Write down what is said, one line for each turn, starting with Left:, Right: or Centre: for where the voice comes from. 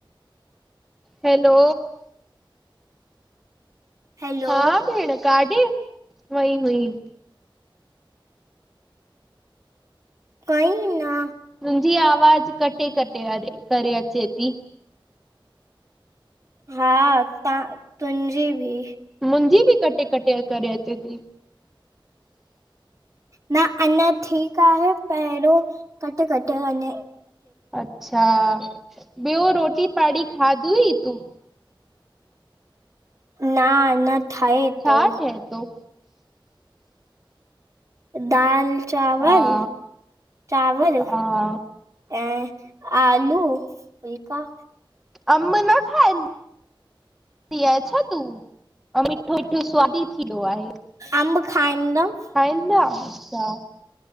Centre: हेलो
Right: हैलो
Centre: हा भेण काॾै वई हुई।
Right: काई ना।
Centre: तुंहिंजी आवाज़ कटे -कटे करे अचे ती।
Right: हा तां तुंहजी भी।
Centre: मुंजी बी कटे -कटे करे अचे ती।
Right: न अञा ठीक आह न पहेरो कटे कटे वञे
Centre: अच्छा ॿयो रोटी पाड़ी खादई तूं?
Right: ना न ठहे
Centre: छा
Right: थो
Centre: ठए तो?
Right: दाल चांवर
Centre: हा
Right: चांवर
Centre: हा
Right: ऐं आलू फुलका
Centre: अम्ब न खाए दी आए छा तूं? ऐं मिठो मिठो स्वादी थींदो आहे।
Right: अंब खाईंदम।
Centre: खाईंदा अच्छा